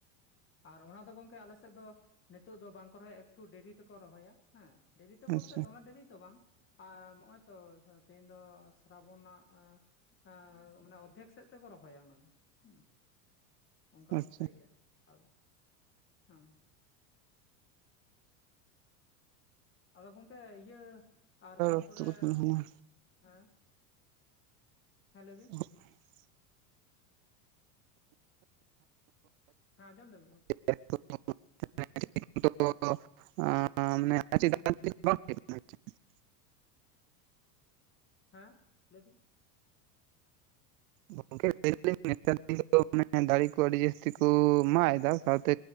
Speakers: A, on the left; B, on the right.
A: ᱟᱨ ᱚᱱᱟ ᱫᱚ ᱜᱚᱝᱠᱮ ᱟᱞᱮ ᱥᱮᱫ ᱫᱚ ᱱᱤᱛᱚᱜ ᱫᱚ ᱵᱟᱝ ᱠᱚ ᱨᱚᱦᱚᱭᱟ ᱮᱠᱴᱩ ᱰᱮᱨᱤ ᱛᱮᱠᱚ ᱨᱚᱦᱚᱭᱟ ᱦᱮᱸ᱾ ᱰᱮᱨᱤ ᱛᱮ ᱵᱚᱞᱛᱮ
B: ᱟᱪᱪᱷᱟ
A: ᱫᱚᱢᱮ ᱰᱮᱨᱤ ᱛᱚ ᱵᱟᱝ, ᱟᱹᱻ ᱱᱚᱜᱼᱚᱭ ᱛᱚ ᱛᱮᱦᱮᱧ ᱫᱚ ᱥᱨᱟᱵᱚᱱ ᱱᱟᱜ ᱟ ᱮ ᱢᱟᱱᱮ ᱚᱨᱫᱷᱮᱠ ᱥᱮᱫ ᱛᱮᱠᱚ ᱨᱚᱦᱚᱭᱟ ᱚᱱᱟ ᱫᱚ, ᱦᱩᱸ᱾ ᱚᱱᱠᱟ
B: ᱟᱪᱪᱷᱟ
A: ᱵᱷᱟᱵᱛᱮ ᱤᱭᱟ ᱟᱨ ᱦᱩᱸ ᱾ ᱟᱫᱚ ᱜᱚᱝᱠᱮ ᱤᱭᱟᱹ ᱟᱨ ᱛᱟᱨᱯᱚᱨᱮ
B: ᱚᱠᱛᱚ ᱠᱚ ᱛᱤᱱᱟᱹᱜ ᱦᱩᱭᱱᱟ?
A: ᱦᱮᱸ ᱦᱮᱸ ᱞᱟᱹᱭ ᱵᱤᱱ ᱾
B: <inaudible>
A: ᱦᱟ ᱚᱸᱢᱚᱢ ᱫᱟᱵᱤᱱ ᱜᱚᱝᱠᱮ?
B: <unintelligible> <unintelligible>
A: ᱦᱮᱸ ᱞᱟᱹᱭ ᱫᱤᱧ,
B: ᱜᱚᱝᱠᱮ ᱞᱟᱹᱭ ᱫᱟᱞᱤᱧ <inaudible> ᱫᱟᱨᱮ ᱠᱚ ᱟᱹᱰᱤ ᱡᱟᱹᱥᱛᱤ ᱠᱚ ᱢᱟᱜ ᱮᱫᱟ ᱥᱟᱶᱛᱮ